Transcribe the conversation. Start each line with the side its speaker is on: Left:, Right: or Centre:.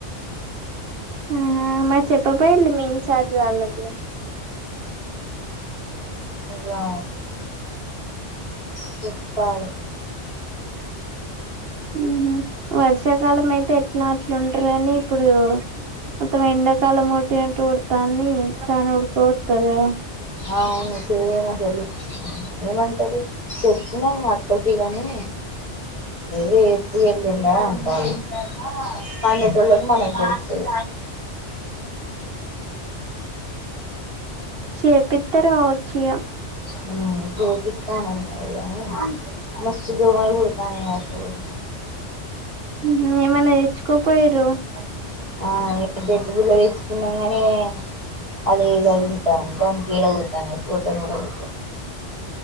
Right: ఆహా మరి చెప్పకపోయల్లు మీ ఇన్ఛార్జ్ వాళ్ళకి
Left: ఇగా చెప్పాలి
Right: ఊహూ వర్షాకాలం అయితే ఎట్లా అట్లుంటరు గానీ ఇప్పుడు మొత్తం ఎండ <unintelligible> ఉడుకోతది కదా
Left: ఆ అవును <unintelligible> ఏమంటారు చెప్తున్నాను అక్కకి గానీ రేపు ఎల్లుండ అంటల్లు <unintelligible> మనకు తెలుస్తది
Right: చేపిస్తే రావచ్చు ఇగ
Left: <unintelligible> మస్తు దొమలు <unintelligible>
Right: <unintelligible> ఏమన్నా తెచ్చుకోపోయారు
Left: <unintelligible> తేచ్చుకున్నాం కానీ <unintelligible> ఉంటాను దానికి <unintelligible>